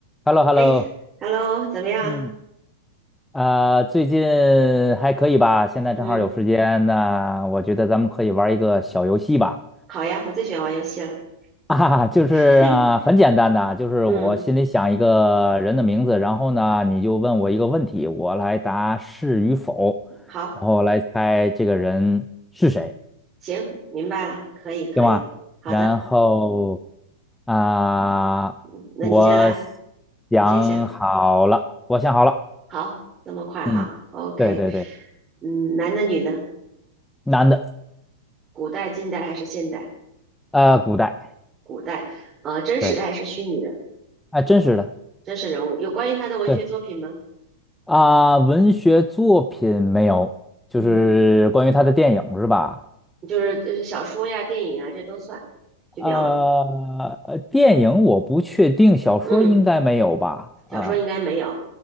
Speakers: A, in the centre; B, on the right.
A: h e l l o h
B: 哎，Hello，
A: e l l o
B: 怎么样？
A: 嗯，啊，最近还可以吧？现在正好有时间，
B: 嗯，
A: 那我觉得咱们可以玩一个小游戏吧。
B: 好呀，我最喜欢玩游戏了。
A: <laughs> 啊，就是啊，
B: <laughs>
A: 很简单的，就是我心里想一个人的名字，
B: 嗯，
A: 然后呢，你就问我一个问题，我来答是与否，
B: 好，
A: 然后来猜这个人是谁，
B: 行，明白了，可以，可以，
A: 行吗？
B: 好的，
A: 然后啊，
B: 嗯那你先来，
A: 我想好了，
B: 你先想。
A: 我想好了，
B: 好，这么快哈，OK。
A: 嗯，对对对，
B: 嗯，男的女的，
A: 男的。
B: 古代、近代还是现代？
A: 呃，古代，
B: 古代，呃，真实的还是虚拟的？
A: 对，啊，真实的，
B: 真实人物有关于他的文学作品吗？
A: 对啊，文学作品没有，就是关于他的电影是吧？
B: 嗯，就是就是小说呀、电影啊，这都算，就描，
A: 呃，呃电影我不确定，小说应该没有吧？
B: 嗯，小说应该没有。
A: 啊，